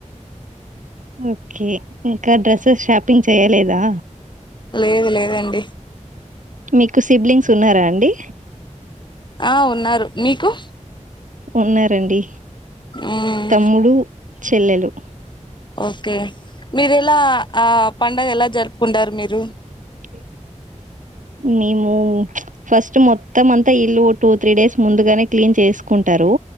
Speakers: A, on the right; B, on the left.
A: ఓకే ఇంకా డ్రెస్సెస్ షాపింగ్ చేయలేదా
B: లేదు లేదండి
A: మీకు సిబ్లింగ్స్ ఉన్నారా అండి
B: ఆ ఉన్నారు మీకు
A: ఉన్నారండి,
B: మ్మ్
A: తమ్ముడు, చెల్లెలు
B: ఓకే మీరు ఎలా ఆ పండగ ఎలా జరుపుకుంటారు మీరు
A: టే మేము ఫస్ట్ మొత్తం అంతా ఇల్లు టూ త్రీ డేస్ ముందుగానే క్లీన్ చేసుకుంట టరు